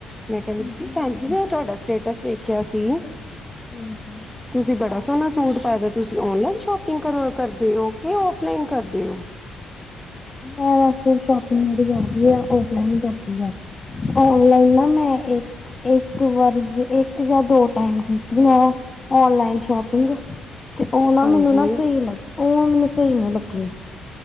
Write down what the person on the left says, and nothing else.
ਕੀ
ਬਣਾਇਆ
ਸੀ?
ਹਾਂਜੀ
ਮੈਂ ਵੈਸੇ ਸ਼ੋਪਿੰਗ ਜਿਹੜੀ ਕਰਦੀ ਆ ਔਫਲਾਈਨ ਹੀ ਕਰਦੀ ਆ। ਔਨਲਾਈਨ ਨਾ ਮੈਂ ਇ ਇੱਕ ਵਾਰੀ ਦੇ ਇੱਕ ਜਾਂ ਦੋ ਟਾਇਮ ਕੀਤੀ ਮੈਂ ਔਨਲਾਈਨ ਸ਼ੋਪਿੰਗ ਤੇ ਉਹ ਨਾ
ਮੈਂਨੂੰ ਨਾ ਸਹੀ ਲੱਗੀ ਮੈਂਨੂੰ ਸਹੀ ਨ੍ਹੀਂ ਲੱਗੀ